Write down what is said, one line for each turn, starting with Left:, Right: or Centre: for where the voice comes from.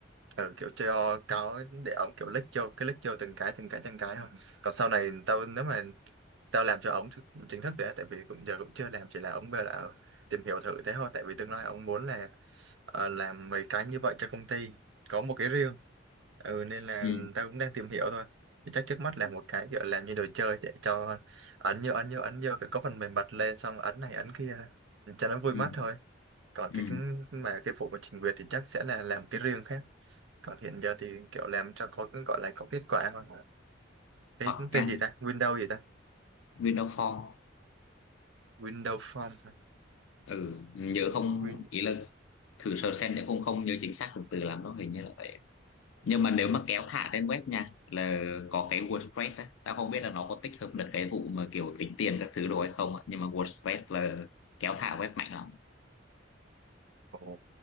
Right: ở kiểu cho có để ống kiểu lách vô cái lách vô từng cái từng cái từng cái thôi còn sau này tao nếu mà tao làm cho ống th- chính thức đấy tại vì cũng giờ cũng chưa làm chỉ là ống về là tìm hiểu thử thế thôi tại vì tương lai ống muốn là ờ, làm mấy cái như vậy cho công ty có một cái riêng ừ nên là
Left: ừ.
Right: tao cũng đang tìm hiểu thôi thì chắc trước mắt là một cái kiểu làm như đồ chơi để cho ấn vô ấn vô ấn vô cái có phần mềm bật lên xong ấn này ấn kia cho nó vui
Left: Ừ.
Right: mắt thôi còn
Left: Ừ.
Right: cái cái- mà cái vụ mà trình duyệt thì chắc sẽ là làm cái riêng khác còn hiện giờ thì kiểu làm cho có gọi là có kết quả thôi cái
Left: hoặc nha
Right: tên gì ta Windows gì ta
Left: Windows Phone
Right: Windows Form hả?
Left: ừ. nhớ không
Right: Win
Left: ý là thử sơ xem nhớ không không nhớ chính xác từ từ lắm đó hình như là vậy nhưng mà nếu mà kéo thả trên web nha là có cái WordPress á Tao không biết là nó có tích hợp được cái vụ mà kiểu tính tiền các thứ đồ hay không á. nhưng mà WordPress là kéo thả web mạnh lắm
Right: Ồ,